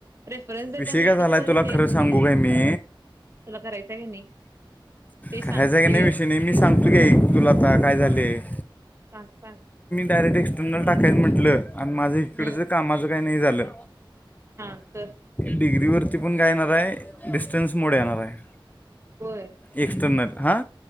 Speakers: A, on the right; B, on the left.
A: प्रेफरन्स देताना
B: विषय
A: एकच
B: काय झालाय
A: कॉलेज
B: तुला
A: द्यायचं
B: खरं सांगू
A: नाही.
B: काय मी
A: तुला करायचं की नाही? ते सांग
B: करायच की
A: क्लिअर
B: नाही विषय नाही. मी सांगतो का तुला आता काय झालेय-
A: हा सांग सांग.
B: डायरेक्ट एक्स्टर्नल टाकायला म्हटलं आणि माझं इकडच
A: हम्म
B: कामाचं काही नाही झालं-
A: हा तर?
B: डिग्रीवरती पण काय येणार आहे? डिस्टन्स मोड येणार आहे.
A: होय
B: एक्स्टर्नल- हा.